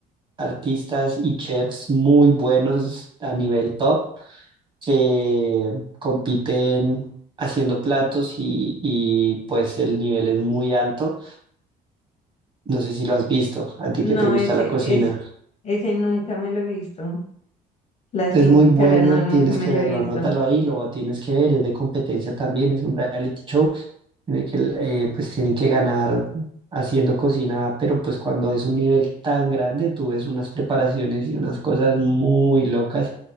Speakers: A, on the right; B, on the left.
A: artistas y chefs muy buenos a nivel top que compiten haciendo platos y, y pues el nivel es muy alto. No sé si lo has visto, a ti
B: No,
A: que te gusta
B: ese,
A: la cocina.
B: es, ese nunca me lo he visto. Las
A: Es
B: cinco
A: muy
B: cucharas,
A: bueno,
B: no,
A: tienes
B: nunca me
A: que
B: lo
A: verlo,
B: he visto.
A: anótalo ahí, lo tienes que ver, es de competencia también, es un reality show en el que eh, pues tienen que ganar haciendo cocina, pero pues cuando es un nivel tan grande, tú ves unas preparaciones y unas cosas muy locas,